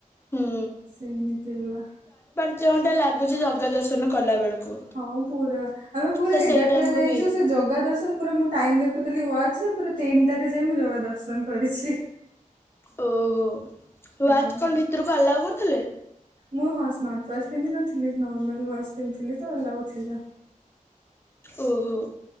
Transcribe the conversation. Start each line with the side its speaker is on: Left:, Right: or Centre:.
Left: ହୁଁ
Right: ସେମିତି ହେଲା
Left: <unintelligible> ଚଉଟା ଲାଗେ ଲୁଛି ଜାଗା ଦର୍ଶନ କଲା ବେଳକୁ।
Right: ହଁ ପୁରା ଆମେ ପୁରା
Left: ତ
Right: ଏଗାରଟାରେ
Left: ସେଇ ଟାଇମ୍
Right: ଯାଇଛୁ
Left: କୁ ବି
Right: ସେ ଜଗା ଦର୍ଶନ ପୁରା ମୁଁ ଟାଇମ ଦେଖୁଥିଲି ୱାଚ୍ ରେ ପୁରା ତିନିଟାରେ ଯାଇ ମୁଁ ଜଗା ଦର୍ଶନ କରିଛି।
Left: ଓହୋ
Right: ହଁ
Left: ୱାଚ୍ କଣ ଭିତରକୁ ଆଲାଓ କରୁଥିଲେ
Right: ମୁଁ ହଁ ସ୍ମାର୍ଟ ୱାଚ୍ ପିନ୍ଧିନଥିଲି ନର୍ମାଲ ୱାଚ୍ ପିନ୍ଧଥିଲି ତ ଆଲାଉ ଥିଲା
Left: ଓହୋ।